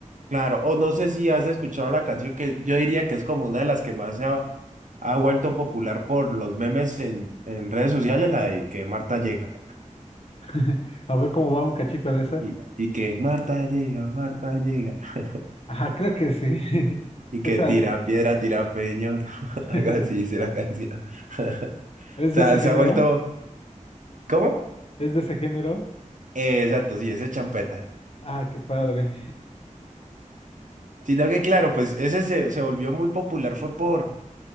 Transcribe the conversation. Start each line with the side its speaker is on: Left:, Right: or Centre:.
Right: claro, o no sé si has escuchado la canción que yo diría que es como una de las que más se ha, ha vuelto popular por los memes en, en redes sociales, la de que Marta llega.
Left: <laughs> A ver cómo va un cachito de esa.
Right: Y, y que Marta llega, Marta llega. <laughs>
Left: Ajá, creo que sí. <laughs>
Right: Y que
Left: Esa
Right: tira piedra, tira peñón. <laughs>
Left: <laughs>
Right: Algo así dice la canción. <laughs>
Left: es
Right: O sea,
Left: de ese
Right: se
Left: género,
Right: ha vuelto. ¿Cómo?
Left: es de ese género.
Right: Eh, exacto, sí, ese es champeta.
Left: Ah, qué padre.
Right: Sino que, claro, pues ese se, se volvió muy popular, fue por,